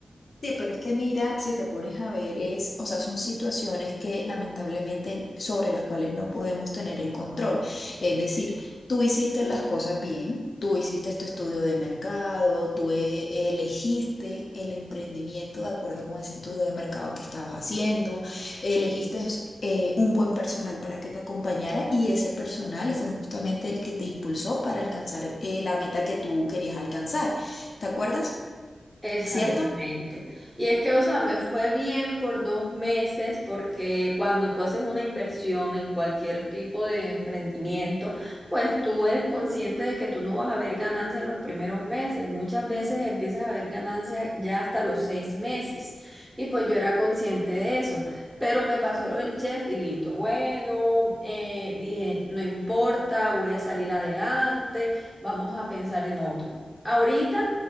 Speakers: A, on the left; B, in the centre.
A: Sí, pero es que mira, si te pones a ver, es, o sea, son situaciones que lamentablemente sobre las cuales no podemos tener el control. Es decir, tú hiciste las cosas bien, tú hiciste tu estudio de mercado, tú eh, elegiste el emprendimiento de acuerdo con ese estudio de mercado que estabas haciendo, elegiste eh, un buen personal para que te acompañara y ese personal fue justamente el que te impulsó para alcanzar eh, la meta que tú querías alcanzar. ¿Te acuerdas?
B: Exactamente.
A: ¿Cierto?
B: Y es que, o sea, me fue bien por dos meses porque cuando tú haces una inversión en cualquier tipo de emprendimiento, pues tú eres consciente de que tú no vas a ver ganancia en los primeros meses. Muchas veces empiezas a ver ganancia ya hasta los seis meses. Y pues yo era consciente de eso. Pero me pasó lo del chef y listo. Bueno, eh, dije, no importa, voy a salir adelante, vamos a pensar en otro. Ahorita.